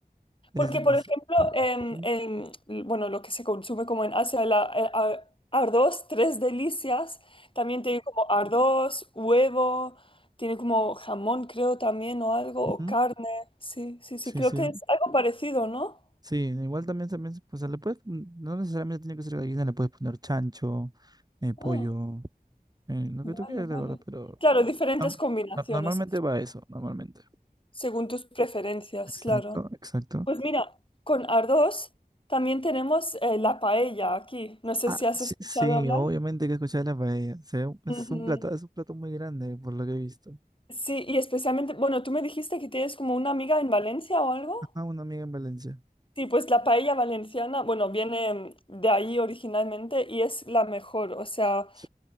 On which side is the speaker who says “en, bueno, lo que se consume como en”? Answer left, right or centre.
Left